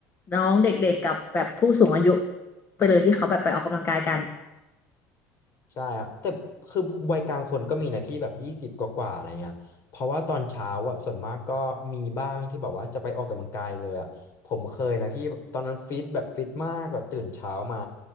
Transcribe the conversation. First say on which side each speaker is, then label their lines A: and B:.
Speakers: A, on the left (about 35°); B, on the left (about 50°).
A: น้องเด็กๆกับแบบผู้สูงอายุไปเลยที่เขาแบบไปออกกำลังกายกัน
B: ใช่ครับแต่คือวัยกลางคนก็มีนะพี่แบบยี่สิบกว่าๆอะไรเงี้ยเพราะว่าตอนเช้าอะส่วนมากก็มีบ้างที่แบบว่าจะไปออกกำลังกายเลยอะผมเคยนะพี่ตอนนั้นฟิตแบบฟิตมากแบบตื่นเช้ามา